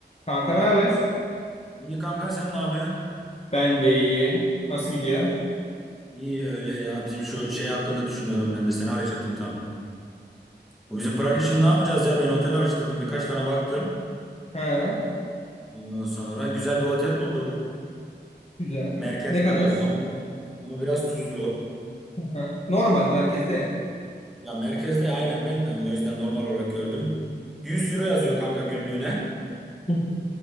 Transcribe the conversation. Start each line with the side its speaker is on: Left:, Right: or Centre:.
Left: Kanka ne haber?
Centre: İyi kanka sen ne yapıyorsun?
Left: Ben de iyi. Nasıl gidiyor?
Centre: İyi öyle ya bizim şu şey hakkında düşünüyordum ben de seni arayacaktım tam. Bu bizim Prag için ne yapacağız ya ben otel araştırdım birkaç tane baktım.
Left: Ha,
Centre: Ondan sonra güzel bir otel buldum.
Left: güzel.
Centre: Merkezde
Left: Ne kadar?
Centre: böyle ama biraz, ama biraz tuzlu.
Left: Ha, normal merkezde ya.
Centre: Ya merkezde aynen ben de o yüzden normal olarak gördüm. 100 euro yazıyor kanka günlüğüne
Left: Hı hı.